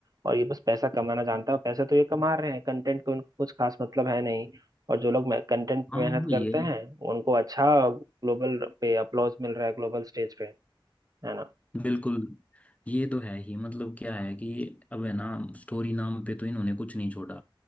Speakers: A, on the right; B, on the left.
A: और ये बस पैसा कमाना जानता है और पैसे तो ये कमा रहे हैं कंटेंट को उनको कुछ खास मतलब है नहीं और जो लोग कंटेंट पे
B: हाँ
A: मेहनत करते
B: ये
A: हैं उनको अच्छा ग्लोबल पे अपलॉज मिल रहा है ग्लोबल स्टेज पे है ना
B: बिल्कुल ये तो है ही मतलब क्या है कि अब है ना स्टोरी नाम पे तो इन्होंने कुछ नहीं छोड़ा